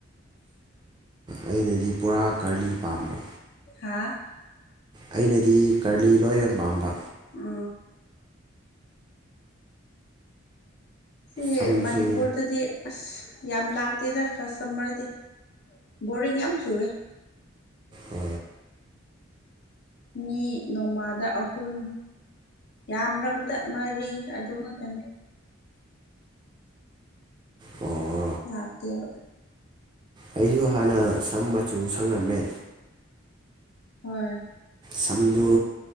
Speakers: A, on the right; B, on the left.
A: ꯑꯩꯅꯗꯤ ꯄꯨꯔꯥ ꯀꯔꯂꯤ ꯄꯥꯝꯕ
B: ꯍꯥ
A: ꯑꯩꯅꯗꯤ ꯀꯔꯂꯤ ꯂꯣꯏꯅ ꯄꯥꯝꯕ
B: ꯑ ꯁꯤ
A: ꯁꯝꯁꯨ
B: ꯃꯅꯤꯄꯨꯔꯗꯗꯤ ꯑꯁ ꯌꯥꯝ ꯂꯥꯛꯇꯦꯗ ꯀꯁꯇꯃꯔꯗꯤ ꯕꯣꯔꯤꯡ ꯌꯥꯝ ꯆꯨꯑꯦ
A: ꯑ
B: ꯃꯤ ꯅꯣꯡꯃꯥꯗ ꯑꯍꯨꯝ ꯌꯥꯝ꯭ꯔꯕꯗ ꯃꯔꯤ ꯑꯗꯨ ꯉꯥꯛꯛꯇꯅꯤ
A: ꯑꯣ
B: ꯂꯥꯛꯇꯦꯕ
A: ꯑꯩꯁꯨ ꯍꯥꯟꯅ ꯁꯝ ꯃꯆꯨ ꯁꯪꯂꯝꯝꯃꯦ
B: ꯍꯣꯏ
A: ꯁꯝꯗꯨ